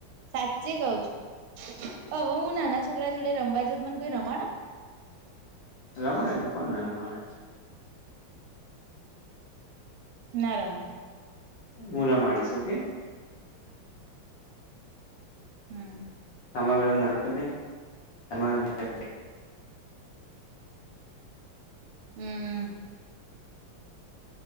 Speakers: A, on the right; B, on the left.
A: સાચી કઉ છું હવે હું નાના છોકરા જોડે રમવા જાઉં મને કોઈ રમાડા
B: રમાડે, ને કોણ ના રમાડે
A: ના રમાડે
B: હુ રામાડીશ ઓકે.
A: હમ્મ
B: <unintelligible>
A: હમ્મ